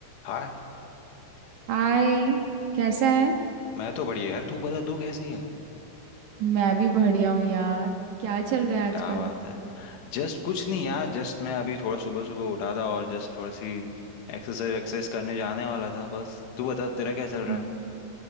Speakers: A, on the left; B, on the right.
A: हाय
B: हाय कैसा है
A: मैं तो बढ़िया यार तू बता तू कैसी है
B: मैं भी बढ़िया हूँ यार क्या चल रहा है
A: क्या
B: आजकल
A: बात है जस्ट कुछ नहीं यार जस्ट मैं अभी थोड़ा सुबह सुबह उठा था और जस्ट थोड़ी सी एक्सरसाइज एक्सरसाइज करने जाने वाला था बस तू बता तेरा क्या चल रहा
B: हम्म।
A: है